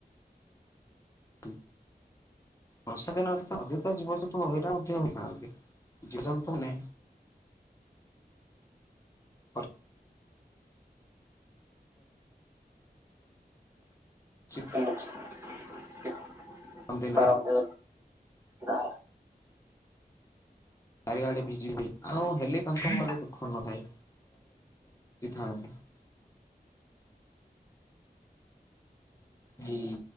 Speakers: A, on the left; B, on the right.
A: ହ ବର୍ଷା ଦିନରେ ତ ଅଧିକ ଜୀବଜନ୍ତୁ ମହିରା ମଧ୍ୟ ହୋଇଥାନ୍ତି ଜୀବଜନ୍ତୁ ମାନେ ହଁ ଲୁଚି
B: <inaudible>
A: ପାରନ୍ତି
B: ବାର
A: ନାହିଁ।
B: ଅଧେ ହା।
A: ଚାରିଆଡେ ଭିଜିବେ ଆଉ ହେଲେ ତାଙ୍କ ମେ ଦୁଃଖ ନଥାଏ। <unintelligible> ଏଇ